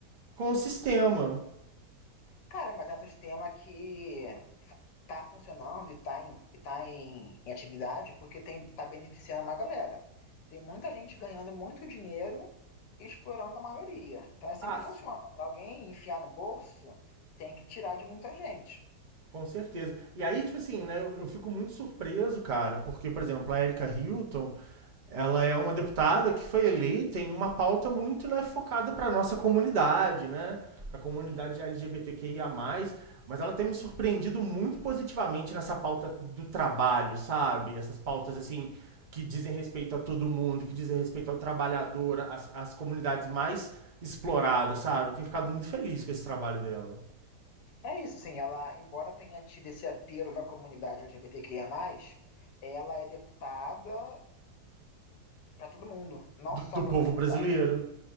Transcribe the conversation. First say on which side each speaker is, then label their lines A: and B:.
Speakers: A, on the right (about 40°); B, on the left (about 90°).
A: com o sistema.
B: Cara, mas é um sistema que tá funcionando e tá em, e tá em, em atividade porque tem, tá beneficiando uma galera. Tem muita gente ganhando muito dinheiro e explorando a maioria. Então é assim
A: Ah,
B: que funciona. Para alguém enfiar no bolso, tem que tirar de muita gente.
A: Com certeza. E aí, tipo assim, né, eu, eu fico muito surpreso, cara, porque, por exemplo, a Erika Hilton, ela é uma deputada que foi eleita em uma pauta muito, né, focada para nossa comunidade, né, para a comunidade
B: Sim.
A: LGBTQIA+, mas ela tem me surpreendido muito positivamente nessa pauta do trabalho, sabe? Essas pautas, assim, que dizem respeito a todo mundo, que dizem respeito ao trabalhador, às, às comunidades mais exploradas, sabe? Eu tenho ficado muito feliz com esse trabalho dela,
B: É isso, assim, ela, embora tenha tido esse apelo da comunidade LGBTQIA+, ela é deputada para todo mundo, não
A: do,
B: só
A: do
B: para
A: povo
B: a comunidade.
A: brasileiro.